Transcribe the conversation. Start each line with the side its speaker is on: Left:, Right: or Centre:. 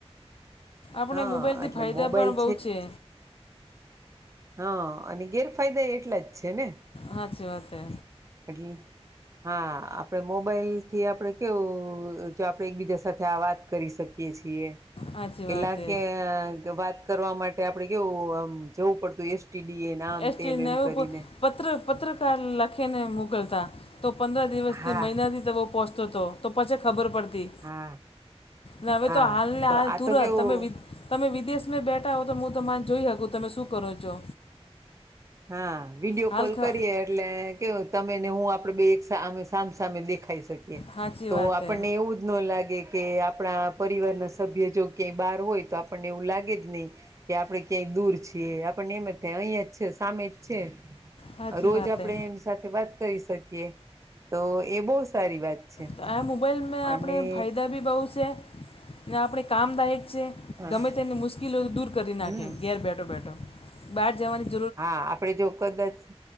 Left: આપણે
Right: હા
Left: મોબાઈલથી
Right: એટલે
Left: ફાયદા
Right: મોબાઈલ
Left: પણ બહુ છે.
Right: હા, અને ગેરફાયદા એટલા જ છે ને.
Left: હાચી વાત હે.
Right: એટલ હા. આપણે મોબાઈલ થી આપણેે કેવું જો આપણેે એકબીજા સાથે આ વાત કરી શકી કીએ છીએ.
Left: હાચી
Right: પેલા
Left: વાત હે
Right: કે વાત કરવા માટે આપડે કેવું આમ જવું પડતું એસ ટી ડી એ ને આમ
Left: એસટી
Right: તેમ
Left: નેવું
Right: એમ કરીને.
Left: પત્ર પત્રકાર લખી ને મોકલતા. તો પંદર દિવસથી,
Right: હા
Left: મહિના દી જેવો પહોંચતો હતો, તો પછે ખબર પડતી.
Right: હા
Left: ને હવે
Right: હા
Left: તો હાલ ને
Right: તો
Left: હાલ
Right: આ
Left: તુરત,
Right: તો કેવું
Left: તમે વિ તમે વિદેશ મે બેઠા હો તો હું તમાને જોઈ હકું તમે શું કરો છો.
Right: હા. વિડીયો
Left: હાલ
Right: કોલ
Left: ખ
Right: કરીએે એ ટલે કેવું તમે ને હું આપડે બેય એક સા આમ સામસામે દેખાઈ શકી એ,
Left: સાચી
Right: તો
Left: વાત
Right: આપણને
Left: હે
Right: એવું જ ન લાગે કે આપણા પરિવારના સભ્ય જો ક્યાંય બહાર હોય તો આપણને એવું લાગે જ નઇ કે આપડે ક્યાંય દૂર છીએ, આપણને એમ જ થાય અહિયાં જ છે સામે જ છે.
Left: સાચી
Right: રોજ
Left: વાત
Right: આપણેે
Left: હે
Right: એમ સ સાથે વાત કરી શકીએ, તો એ બહુ સારી વાત છે
Left: તો આ મોબાઈલમાં આપણે
Right: અને
Left: ફાયદા બી બહુ છે, ને આપણે કામદાયક છે.
Right: હા
Left: ગમે તેની મુશ્કેલીઓ દૂર કરી
Right: હમ
Left: નાખે, ઘેર બેઠો-બેઠો, બહાર જાવાની
Right: હા. આપડે જો કદાચ